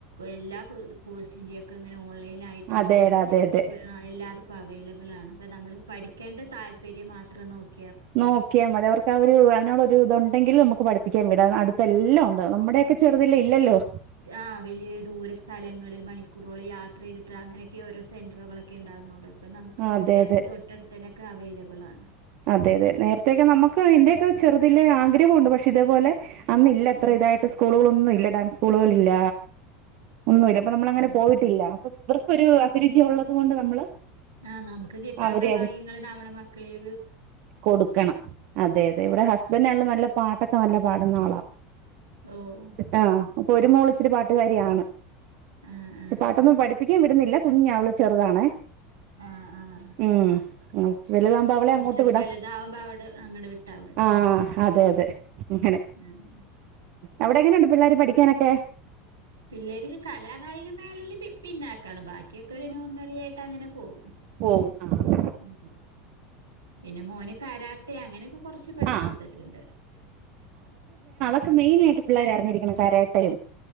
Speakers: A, on the right (about 80°); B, on the right (about 50°).
A: എല്ലാ കോഴ്സിൻ്റെക്കെ ഇങ്ങനെ ഓൺലൈൻ ആയിട്ടും
B: അതെടാ
A: ഇടുത്ത
B: അതെ
A: തന്നെയൊക്കെ
B: അതെ
A: ആ എല്ലാത ഇപ്പോ അവൈലബിൾ ആണ് ഇപ്പ നമ്മള് പഠിക്കേണ്ട താല്പര്യം മാത്രം നോക്കി
B: നോക്കിയാമതി അവർക്ക് ആ ഒരു അതിനോടൊരു ഇതു ഉണ്ടെങ്കിൽ നമുക്ക് പഠിപ്പിക്കാം പിക്കാൻ വിടാ അടുത്തെ
A: ഉം
B: എല്ലാം ഉണ്ട് നമ്മുടെയൊക്കെചെറുതിൽ ഇല്ലല്ലോ
A: ആ വലിയ ദൂര സ്ഥലങ്ങളിൽ മണിക്കൂറോളം യാത്ര ചെയ്തിട്ടാ അങ്ങനെയൊക്കെ ഓരോ സെൻ്ററുകളൊക്കെ ഉണ്ടാരുന്നുള്ളൂ ഇപ്പം നമുക്ക്
B: ആ
A: വീടിനടുത്ത്
B: അതെ അതെ
A: തൊട്ടടുത്തന്നൊക്കെ അവൈലബിൾ ആണ്
B: അതെ അതെ നേരത്തേക്കെ നമുക്ക് എന്റെയൊക്കെ ചെറുതിലെ ആഗ്രഹമുണ്ട് പക്ഷ ഇതേപോലെ അന്ന് ഇല്ല ഇത്രഇതായിട്ട്
A: ഉം
B: സ്കൂളുകളൊന്നുല്ല ഡാൻസ് സ്കൂളുകളില്ല ഒന്നുല്ല അപ്പൊ നമ്മളങ്ങനെ
A: ഉം
B: പോയിട്ടില്ല അപ്പൊ ഇവർക്കൊരു അഭിരുചി ഉള്ളത് കൊണ്ട് നമ്മള്
A: ആഹ് നമുക്ക് കിട്ടാത്ത
B: അവരെ
A: ഭാഗ്യങ്ങൾ
B: അത്
A: നമ്മടെ മക്കളിൽ
B: കൊടുക്കണം അതെ അതെ ഇവിടെ ഹസ്ബൻഡല്ലാം നല്ല പാട്ടൊക്കെ നല്ല പാടുന്ന ആളാ
A: ഓഹ്ഹ്
B: ആഹ് അപ്പൊ ഒരു മോളിച്ചിരി പാട്ടുകാരിയാണ്
A: ആഹ്
B: പക്ഷ
A: ആഹ്
B: പാട്ടൊന്നും പഠിപ്പിക്കാൻ വിടുന്നില്ല കുഞാ അവള് ചെറുതാണെ
A: ആഹ് ആഹ്
B: ഉഹ്ഹ് വലുതമ്പോ അപ്പോ അവളെ
A: കൊറച്ചൊക്കെ
B: അങ്ങോട്ട് വിടാം
A: വലുതാവുമ്പോ അവിടെ അങ്ങട് വിട്ടാ മതി
B: ആഹ്ഹ് അതെ അതെ അങ്ങനെ
A: ഉം
B: എവിടെങ്ങനെയുണ്ട് പിള്ളോര് പഠിക്കാനൊക്കെ
A: പിള്ളേര് കലാകായികമേളയില് പി പിന്നേക്കാണ് ബാക്കിയൊക്കെ ഒരു നോർമലി ആയിട്ട് അങ്ങനെ പോകും
B: പോവും ആ
A: ഉം പിന്നെ മോന് കാരാട്ടെ അങ്ങനെയൊക്കെ കുറച്ച് പഠിച്ചെടുത്തിട്ടുണ്ട്
B: ആ ക്കെ മെയിനായിട്ട് പിള്ളേർ അറിഞ്ഞിരിക്കണം കരാട്ടയും